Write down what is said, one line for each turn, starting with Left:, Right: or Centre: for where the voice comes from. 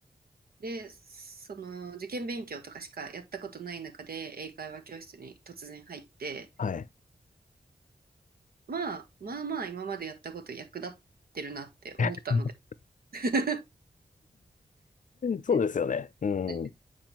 Right: で、その、受験勉強とかしかやったことない中で、英会話教室に突然入って、
Left: はい。
Right: まあまあまあ今までやったこと役立ってるなって思ったので
Left: <laughs>
Right: <laughs>
Left: そうですよね。
Right: 全然
Left: うん。
Right: ないです、